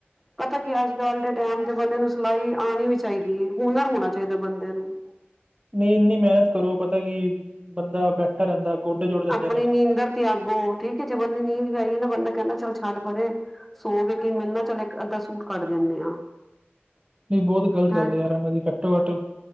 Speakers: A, in the centre; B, on the right.
A: ਪਤਾ ਕੀ ਅੱਜ ਕੱਲ ਦੇ ਟੈਮ ਹਰ ਬੰਦੇ ਨੂੰ ਸਿਲਾਈ ਆਣੀ ਵੀ ਚਾਹੀਦੀ ਏ, ਹੁਨਰ ਹੋਣਾ ਚਾਹੀਦਾ ਬੰਦੇ ਨੂੰ।
B: ਨਈ ਏਨੀ ਮੈਹਨਤ ਕਰੋ ਪਤਾ ਕਿ ਬੰਦਾ ਬੈਠਾ ਰਹਿੰਦਾ, ਗੋਡੇ ਜੁੜ ਜਾਂਦੇ
A: ਆਪਣੀ
B: ਨੇ।
A: ਨੀਂਦਰ ਤੇ ਅਗੋ, ਠੀਕ ਏ ਜੇ ਬੰਦੇ ਨੀਂਦ ਵੀ ਆਈ ਏ ਨਾ ਬੰਦਾ ਕਹਿੰਦਾ ਚੱਲ ਛੱਡ ਪਰੇ। ਸੋ ਕੇ ਕੀ ਮਿਲਣਾ, ਚੱਲ ਇੱਕ ਅੱਧਾ ਸੂਟ ਕੱਢ ਦਿੰਨੇ ਆ।
B: ਨਹੀਂ ਬਹੁਤ ਗ਼ਲਤ
A: ਹ,
B: ਗੱਲ
A: ਹਾਂ
B: ਹੈ ਯਾਰ ਇਹਨਾਂ ਦੀ ਘੱਟੋ ਘੱਟ